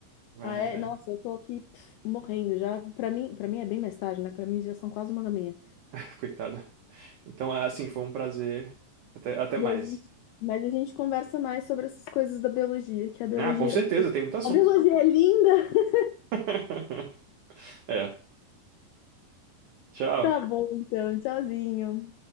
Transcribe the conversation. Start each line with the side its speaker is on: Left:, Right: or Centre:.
Right: vai,
Left: Ah, é?
Right: é,
Left: Nossa, eu tô aqui pff, morrendo já. Para mim, para mim é bem mais tarde, né? Para mim já são quase uma da manhã.
Right: <laughs> coitado. Então, assim, foi um prazer. Até, até
Left: E
Right: mais.
Left: a gente, mas a gente conversa mais sobre essas coisas da biologia, que a biologia,
Right: Ah, com certeza, tem muito assunto.
Left: a biologia é linda. <laughs>
Right: <laughs> É, tchau.
Left: Tá bom, então, tchauzinho.